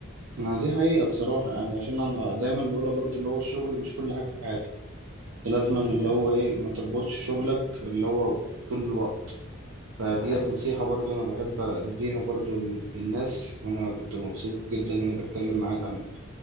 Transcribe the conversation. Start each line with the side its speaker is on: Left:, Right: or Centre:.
Right: ما دي حقيقة بصراحة أنا عشان أنا دايما بقولها برضو اللي هو الشغل مش كل حاجة في حياتك أنت لازما
Left: مم،
Right: اللي
Left: ده
Right: هو
Left: حقيقي
Right: إيه ما تربطش شغلك اللي هو طول الوقت فديت
Left: ده حقيقي
Right: نصيحة برضو أنا بحب أديها برضو للناس وأنا كنت مبسوط جدا إن أنا بتكلم معاك عن